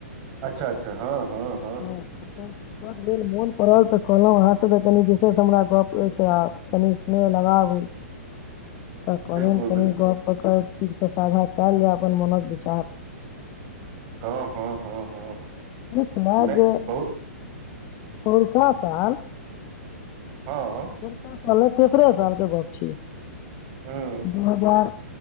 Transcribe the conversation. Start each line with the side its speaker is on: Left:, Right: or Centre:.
Right: अच्छा अच्छा हँ हँ
Left: हँ अपन फुर्सत भेल मोन पड़ल तऽ कहलो अहाँ सब त कनि विशेष हमरा गप ऐछ आ कनि स्नेह लगाव ऐछ तऽ कहलेन
Right: बिलकुल
Left: कनि
Right: बिलकुल
Left: गप कऽ के एहि चीज के साझा कैयल जाय अपन मोनक विचार
Right: हँ हँ हँ हँ हँ
Left: इ छला
Right: नहि
Left: जे
Right: बहुत
Left: पैरका साल
Right: हँ
Left: पौरका साल ने तेसरे साल के गप छिय
Right: हूँ
Left: दू हजार दु हाजार